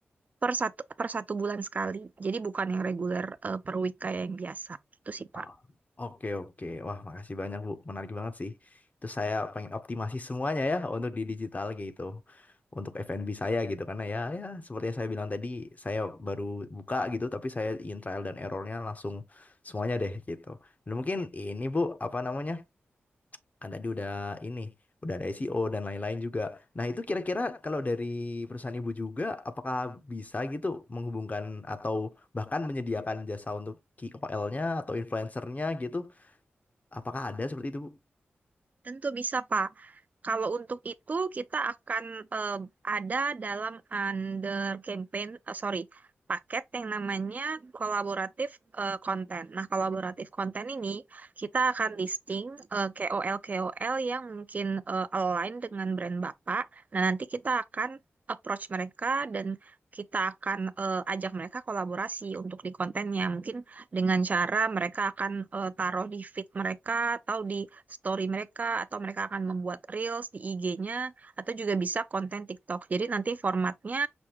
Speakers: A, on the right (about 40°); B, on the left (about 35°).
A: per satu, per satu bulan sekali. Jadi bukan yang reguler eh, per week kayak yang biasa. Itu sih,
B: Ah,
A: Pak.
B: Oke, oke. Wah, makasih banyak, Bu. Menarik banget sih. Itu saya pengen optimasi semuanya ya untuk di digital gitu. Untuk F&B saya gitu. Karena ya, ya seperti yang saya bilang tadi, saya baru buka gitu, tapi saya ingin trial dan errornya langsung semuanya deh gitu. Dan mungkin ini, Bu, apa namanya? Kan tadi udah ini, udah ada SEO dan lain-lain juga. Nah, itu kira-kira kalau dari perusahaan ibu juga, apakah bisa gitu menghubungkan atau bahkan menyediakan jasa untuk KOL-nya atau influencernya gitu? Apakah ada seperti itu? Bu?
A: Tentu bisa, Pak. Kalau untuk itu kita akan eh, ada dalam under campaign, eh, sorry, paket yang namanya kolaboratif eh, konten. Nah, kolaboratif konten ini kita akan listing eh, KOL-KOL yang mungkin eh, align dengan brand Bapak. Nah, nanti kita akan approach mereka dan kita akan eh, ajak mereka kolaborasi untuk di kontennya. Mungkin dengan cara mereka akan eh, taruh di feed mereka atau di story mereka atau mereka akan membuat reels di IG-nya atau juga bisa konten TikTok. Jadi nanti formatnya